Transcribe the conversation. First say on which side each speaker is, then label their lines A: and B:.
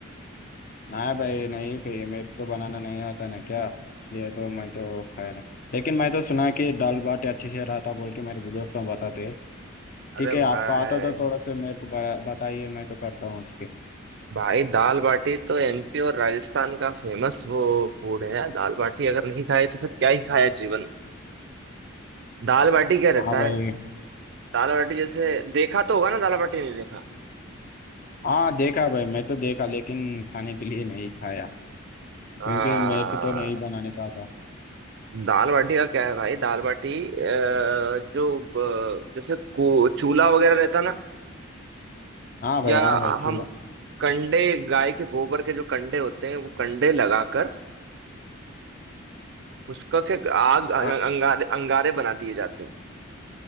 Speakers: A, on the left; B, on the right.
A: नहीं भाई नहीं खाइए मेरे को बनाना नहीं आता ना क्या इसलिए तो मैं तो खाया नहीं लेकिन मैं तो सुना कि दाल बाटी अच्छी से रहा था बोल के मेरे दोस्तों बताते
B: अरे
A: ठीक है
B: भाई
A: आपको आता तो थोड़ा सा मेरे को बता- बताइए मैं तो करता हूँ उसके
B: भाई दाल बाटी तो एमपी और राजस्थान का फेमस वो फूड है यार दाल बाटी अगर नहीं खाए तो फिर क्या ही खाया जीवन में दाल बाटी क्या रहता
A: हाँ भाई
B: है दाल बाटी जैसे देखा तो होगा ना दाल बाटी नहीं देखा
A: हाँ देखा भाई मैं तो देखा लेकिन खाने के लिए नहीं खाया
B: आ,
A: क्योंकि मेरे को तो नहीं बनाने का आता
B: दाल बाटी का क्या है भाई दाल बाटी अ, जो ब- जैसे को- चूल्हा वगैरह रहता ना
A: हाँ भाई
B: या
A: हाँ भाई सुनो
B: हम कंडे गाय के गोबर के जो कंडे होते हैं वो कंडे लगाकर उसका क्या आग अंगारे
A: हाँ
B: अंगारे बना दिए जाते हैं